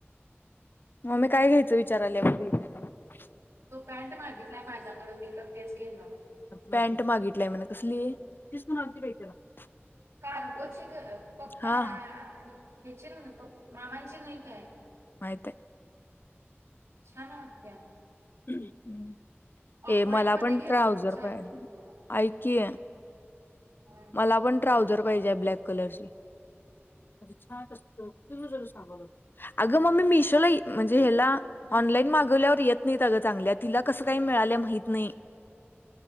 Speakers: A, on the left; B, on the right.
A: मम्मी काय घ्यायचं विचाराल्या बग दीदी
B: तो पॅन्ट मागितलाय माझ्याकडे मी तर तेच घेणार आहे
A: पॅन्ट मागितलाय म्हणा कसली तिच म्हणालती बाई कसली
B: करको ची कर पप्पा
A: हा हा
B: आणि हेची नाही का मामांची नाही काय?
A: माहिती ये.
B: छान वाटत्या.
A: हम्म हम्म
B: पॉइंट
A: ए मला
B: मध्ये
A: पण
B: घेतो
A: ट्राऊझर
B: म्हणून सांगितलं
A: पाहिजे
B: तुला
A: ऐक की.
B: हा.
A: मला पण ट्राऊझर पाहिजे ब्लॅक कलरची. छानत असत <inaudible> अग मम्मी मिशोला म्हणजे ह्याला. ऑनलाईन मागवल्यावर येत नाही त्या अग चांगल्या तिला कसं काही मिळाल्या माहित नाही.